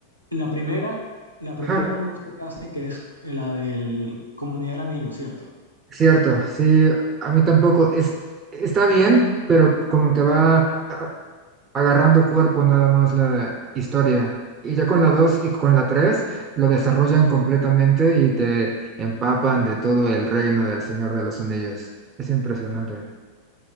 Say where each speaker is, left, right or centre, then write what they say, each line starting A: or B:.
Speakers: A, on the right; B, on the right.
A: La primera, la primera
B: ajá.
A: no me gustó casi, que es la del Comunidad del Anillo, ¿cierto?
B: Cierto, sí, a mí tampoco. Es, está bien, pero como que va a- agarrando cuerpo nada más la historia. Y ya con la 2 y con la 3 lo desarrollan completamente y te empapan de todo el reino del Señor de los Anillos. Es impresionante.